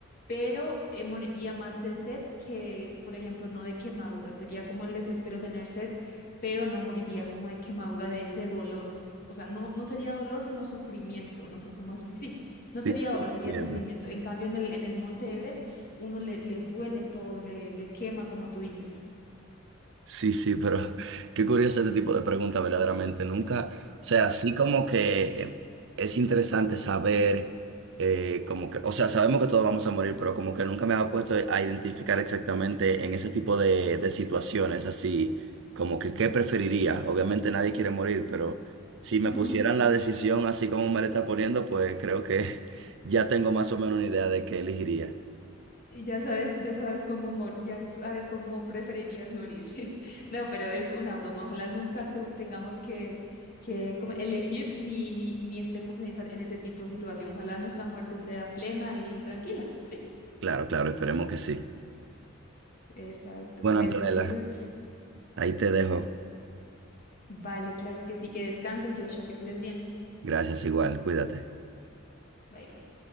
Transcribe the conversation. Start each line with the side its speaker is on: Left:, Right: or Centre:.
Left: pero eh, moriría más de sed que, por ejemplo, no de quemadura. Sería como el desespero tener sed, pero no moriría como de quemadura de ese dolor. O sea, no, no sería dolor, sino sufrimiento. No sé cómo explicar. Sí,
Right: Sí,
Left: no sería
Right: sí,
Left: dolor, sería
Right: bien.
Left: sufrimiento. En cambio, en el, en el Monte Everest, uno le, le duele todo, le, le quema, como tú dices.
Right: Sí, sí, pero <laughs> qué curioso este tipo de preguntas, verdaderamente. Nunca, o sea, así como que eh, es interesante saber, eh, como que, o sea, sabemos que todos vamos a morir, pero como que nunca me había puesto a identificar exactamente en ese tipo de, de situaciones, así como que qué preferiría. Obviamente nadie quiere morir, pero si me
Left: <laughs>
Right: pusieran la decisión así como me la está poniendo, pues creo que <laughs> ya tengo más o menos una idea de qué elegiría.
Left: Y Ya sabes, ya sabes cómo morir, ya sabes cómo preferirías morir. <laughs> sí. No, pero es una broma. Ojalá nunca tu- tengamos que, que como elegir ni, ni, ni estemos en esa, en ese tipo de situación. Ojalá nuestra muerte sea plena y tranquila, ¿sí?
Right: Claro, claro, esperemos que sí.
Left: Exacto.
Right: Bueno,
Left: Bueno,
Right: Antonella,
Left: entonces,
Right: ahí te dejo.
Left: vale, claro que sí, que descanses, Joshua, que estés bien.
Right: Gracias igual, cuídate.
Left: Bye, bye.